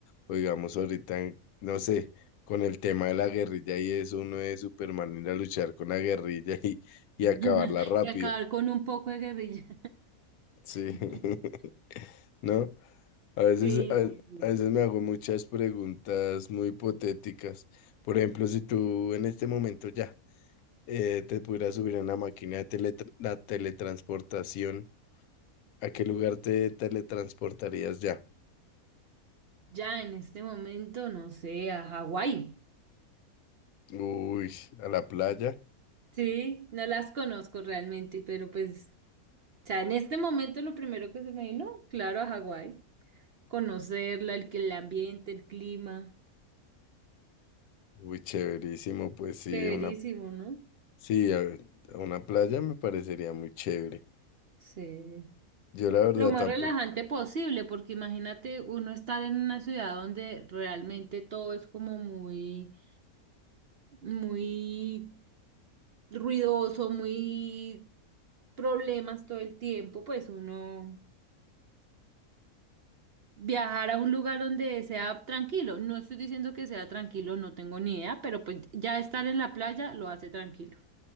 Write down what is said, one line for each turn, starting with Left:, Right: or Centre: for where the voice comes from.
Left: o digamos, ahorita, no sé, con el tema de la guerrilla y eso, uno es Superman ir a luchar con la guerrilla y, y
Right: <laughs>
Left: acabarla rápido.
Right: Y acabar con un poco de guerrilla.
Left: Sí.
Right: <laughs>
Left: <laughs> ¿no? A veces,
Right: Sí,
Left: a,
Right: sí, no.
Left: a veces me hago muchas preguntas muy hipotéticas. Por ejemplo, si tú en este momento ya eh, te pudieras subir a una máquina de teletra- la teletransportación, ¿a qué lugar te teletransportarías ya?
Right: Ya en este momento, no sé, a Hawái.
Left: Uy, a la playa.
Right: Sí, no las conozco realmente, pero pues, o sea, en este momento lo primero que se me vino, claro, a Hawái. Conocerla, el, que- el ambiente, el clima.
Left: Uy, chéverísimo. Pues sí,
Right: Chéverísimo,
Left: una,
Right: ¿no?
Left: sí, a, a una playa me parecería muy chévere.
Right: Sí.
Left: Yo la verdad
Right: Lo más
Left: tampoco.
Right: relajante posible, porque imagínate uno estar en una ciudad donde realmente todo es como muy muy ruidoso, muy problemas todo el tiempo, pues uno viajar a un lugar donde sea tranquilo. No estoy diciendo que sea tranquilo, no tengo ni idea, pero pues ya estar en la playa lo hace tranquilo.